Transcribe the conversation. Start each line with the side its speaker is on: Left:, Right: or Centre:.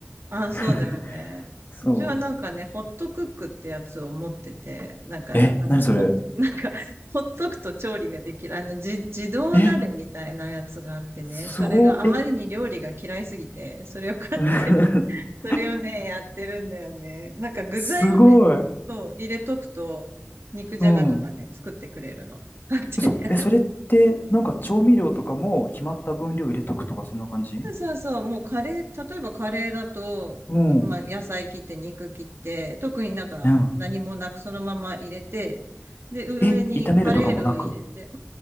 Right: あ、
Left: <laughs>
Right: そうだよね。
Left: そ
Right: うちはなんかね、ホットクックってやつを持ってて、なんか、
Left: う。え、
Right: あの、
Left: 何それ
Right: ほ、<laughs> なんか、ほっとくと調理ができる、あの、じ、自動鍋みたいなやつがあってね、
Left: え、すご、
Right: それがあまりに料理が嫌いすぎて、
Left: え
Right: それを買って、
Left: <laughs>
Right: それをね、やってるんだよね。なんか具材をね、
Left: すごい。
Right: そう、入れとくと、肉じゃがとかね、
Left: うん。
Right: 作ってくれるの。勝手に。
Left: 嘘。え、それって、なんか調味料とかも決まった分量入れとくとか、そんな感じ
Right: そうそう、もうカレー、例えばカレーだと、
Left: うん。
Right: まあ野菜切って肉切って、特になんか何もなくそのまま入れて、
Left: うん。
Right: で、上にカレールー入れて、
Left: え、炒めるとかもなく